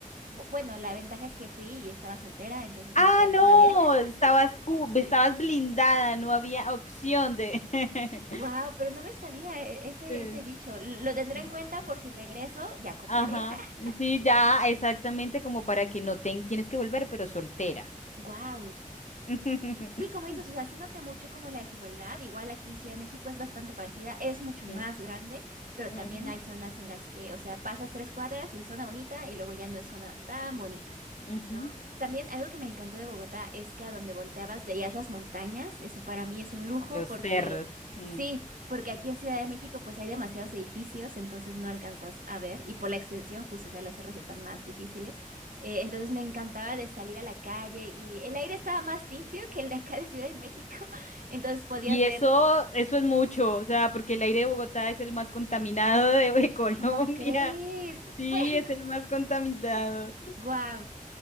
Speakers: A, on the right (about 75°); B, on the left (about 55°).
A: bu- Bueno, la ventaja es que fui y estaba soltera, entonces
B: Ah,
A: no había,
B: no,
A: no había. <laughs>
B: estabas, cu- estabas blindada, no había opción de... <laughs>
A: Wow, pero no me sabía e- ese,
B: Sí,
A: ese dicho. Lo tendré
B: sí,
A: en cuenta
B: sí.
A: por si regreso ya con
B: Ajá,
A: pareja. <laughs>
B: sí, ya, exactamente como para que no ten- tienes que volver, pero soltera.
A: Wow.
B: <laughs>
A: Sí, como dices, o sea, sí noté mucho como la desigualdad. Igual aquí Ciudad de México es bastante parecida, es mucho
B: Mm.
A: más grande, pero
B: Ujú,
A: también hay zonas en las que, o sea, pasas tres cuadras y zona bonita y luego ya no es zona tan bonita.
B: ujú.
A: ¿no? También algo que me encantó de Bogotá es que a donde volteabas veías las montañas. Eso para mí es un lujo
B: Los
A: porque
B: cerros. mm.
A: sí, porque aquí en Ciudad de México pues hay demasiados edificios, entonces no alcanzas a ver y por la extensión justo, o sea, los cerros están más difíciles. Eh, entonces me encantaba de salir a la calle y el aire estaba más limpio que el de acá de Ciudad de México, <laughs> entonces podías
B: Y
A: ver,
B: eso, eso es mucho, o sea, porque el aire de Bogotá es el más contaminado de, de <laughs> Colombia.
A: ¿cómo crees?
B: Sí,
A: <laughs>
B: es el más contaminado.
A: Bueno, wow.